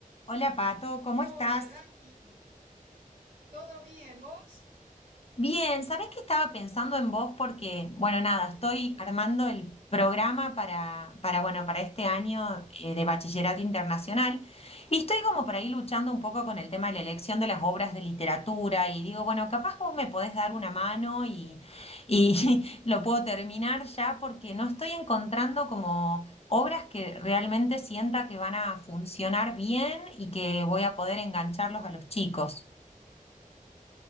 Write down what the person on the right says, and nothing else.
Hola,
Dani, ¿todo bien vos?